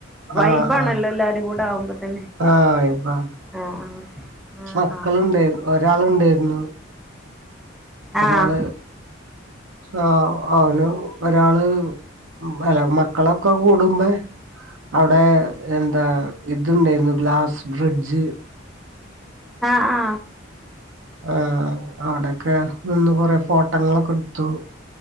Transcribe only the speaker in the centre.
വൈബാണല്ലോ
എല്ലാരും കൂടെ ആവുമ്പോ തന്നെ
ആഹ് ആഹ്
ആഹ്
ആഹ്
ആഹ് ആഹ്